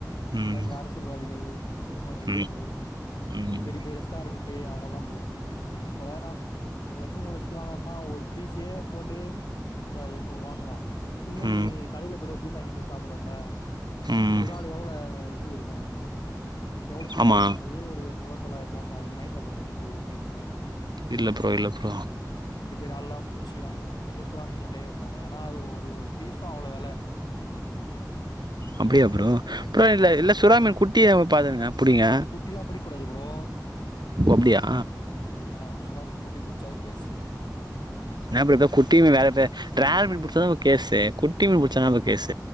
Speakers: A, on the right; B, on the left.
A: ம்
B: இந்த அரசியல்வாதிகள் சினிமா நடிகர்கள்
A: ம் ம்
B: பெரிய பெரிய ரெஸ்டாரண்ட் அவங்க தான் போகணும் இப்ப நீ ஒரு முப்பதாயிரம் ரெண்டு லட்சம் மூணு லட்சத்து வாங்க அண்ணா ஒரு பீஸே போட்டு ரூபாய் எண்ணூறு வாங்குவான் என்ன
A: ம்
B: நீ காலையில போயிடு பீஸா வாங்கி கூட சாப்பிடறல்ல
A: ம்
B: சுறால் எவ்ள இது இருக்கு எவ்ள பீஸ்
A: ஆமா
B: வரு அதே ஒரு எட்நூற்வா தொளாய போட்ணு அத நீ வாங் சாவ்ட முடியுமா பூ ஒரு பீச
A: இல்ல ப்ரோ இல்ல ப்ரோ
B: ரால்லா பூச்சி வாங்கி நாங்களே சுறா மீன்ல கை வைக்க மாட்டோ ஏன்னா அது ஒரு ஒரு பீஸு அவ்ளோ வெல
A: அப்டியா ப்ரோ புறோ இல்ல
B: ம்
A: இல்ல சுறாமின் குட்டியா ஒ பாத்துருங்க புடிங்க
B: குட்டிலா புடிக்கூடாது ப்ரோ
A: ஒ அப்டியா
B: ஆமா சுறா மீன் குட்டி புட்ச்சா கேசு
A: என்னா ப்ரோ த குட்டியுமே வேறபே ரேர் மீன் பதாம்பு கேசே குட்டிடமீன் புச்சாதாம்போ கேஸ்